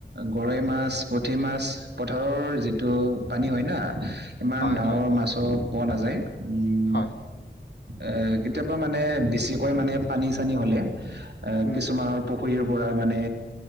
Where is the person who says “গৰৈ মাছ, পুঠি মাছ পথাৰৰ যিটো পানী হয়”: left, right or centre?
Right